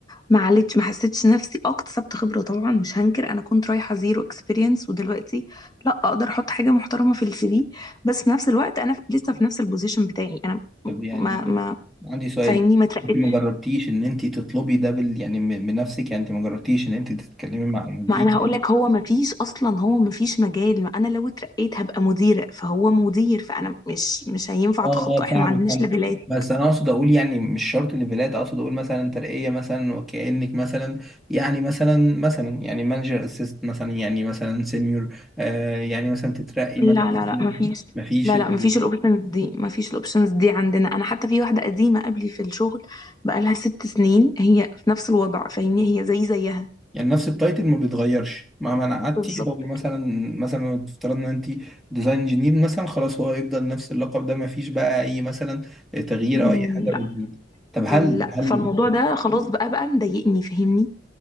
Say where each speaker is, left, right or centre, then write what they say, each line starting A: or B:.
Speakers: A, on the left; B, in the centre.
A: ما عليتش ما حسيتش نفسي اه اكتسبت خبرة طبعا مش هنكر انا كنت رايحة زيرو اكسبيرينس ودلوقتي لا اقدر احط حاجة محترمة في السي في بس في نفس الوقت انا لسه في نفس البوزيشن بتاعي انا
B: طب يعني
A: ما ما
B: عندي سؤال
A: فاهمني ما اترقتش
B: انت ما جربتيش ان انت تطلبي ده بال يعني من من نفسك يعني انت ما جربتيش ان انت تتكلمي مع المدير
A: ما انا هقول لك هو ما فيش اصلا هو ما فيش مجال ما انا لو اترقيت هبقى مديرة فهو مدير فانا مش مش هينفع
B: اه
A: اتخطى
B: اه
A: احنا
B: فاهمك
A: ما عندناش
B: فاهمك
A: ليفلات
B: بس انا اقصد اقول يعني مش شرط ليفلات اقصد اقول مثلا ترقيه مثلا وكانك مثلا يعني مثلا مثلا يعني مانجر اسيست مثلا يعني مثلا سينيور آه يعني مثلا تترقي
A: لا
B: مثلا
A: لا لا مفيش
B: ما فيش
A: لا
B: ال...
A: لا مفيش الاوبشنز دي مفيش الاوبشنز دي عندنا انا حتى في واحده قديمه قبلي في الشغل بقالها ست سنين هي في نفس الوضع فاهمني هي زي زيها
B: يعني نفس التايتل ما بيتغيرش مهما انا قعدتي
A: بالظبط
B: هو مثلا
A: كده
B: مثلا افترضنا ان انت ديزاين انجينير مثلا خلاص هو هيفضل نفس اللقب ده ما فيش بقى اي مثلا تغيير
A: مم،
B: او اي حاجه
A: لا
B: بتزيد طب هل
A: لا
B: هل
A: فالموضوع ده خلاص بقى بقى مضايقني فاهمني